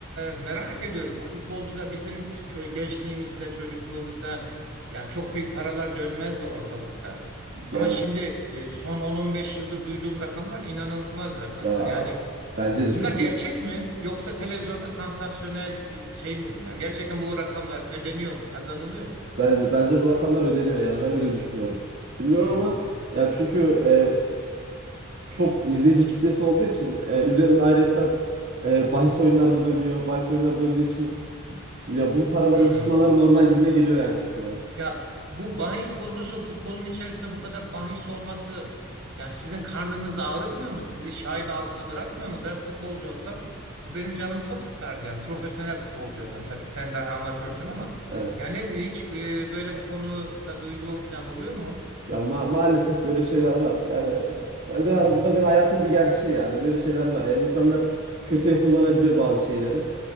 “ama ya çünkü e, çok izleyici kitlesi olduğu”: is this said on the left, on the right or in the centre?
Right